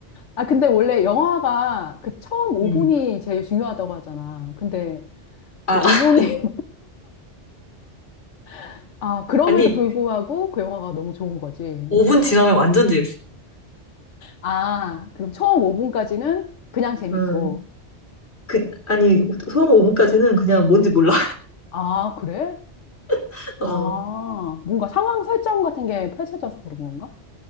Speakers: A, on the left; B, on the left.
A: 아, 근데 원래 영화가 그 처음 5분이
B: 음.
A: 제일 중요하다고 하잖아. 근데
B: 아,
A: 그 5분이,
B: <laughs>
A: <laughs> 아, 그럼에도
B: 아니,
A: 불구하고 그 영화가 너무 좋은 거지.
B: 5분 지나면 완전 재밌어.
A: 아, 그럼 처음 5분까지는 그냥 재밌고.
B: 음, 그, 아니, 처음 5분까지는 그냥 뭔지 몰라.
A: 아, 그래?
B: <laughs> 어,
A: 아, 뭔가 상황 설정 같은 게 펼쳐져서 그런 건가?